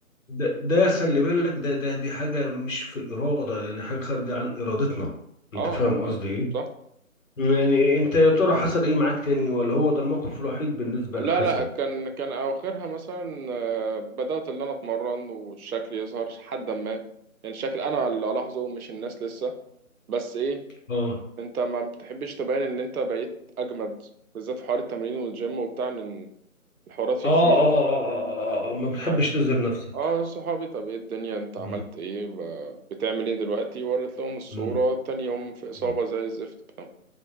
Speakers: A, on the left; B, on the right.
A: ده ده خلي بالك ده ده دي حاجة مش في الإرادة يعني حاجة خارجة عن إرادتنا انت
B: اه
A: فاهم
B: من فاهم
A: قصدي ايه
B: صح
A: يعني انت يا ترى حصل ايه معاك تاني ولا هو ده الموقف الوحيد بالنسبة
B: لا
A: للحسد
B: لا كان كان اواخرها مثلا آه، بدأت اللي انا اتمرن والشكل يظهر حد ما يعني الشكل انا اللي الاحظه مش الناس لسه بس ايه
A: اه
B: انت ما بتحبش تبين ان انت بقيت اجمد بالذات في حوار التمرين والجيم وبتاع ان الحوارات فيه
A: اه
B: كتير
A: اه اه اه آه، آه، ما بتحبش
B: هل
A: تظهر نفسك
B: اه صحابي طب ايه الدنيا انت عملت
A: مم،
B: ايه ب- بتعمل ايه دلوقتي وريت لهم الصورة
A: مم،
B: تاني يوم في إصابة
A: مم،
B: زي الزفت فاهم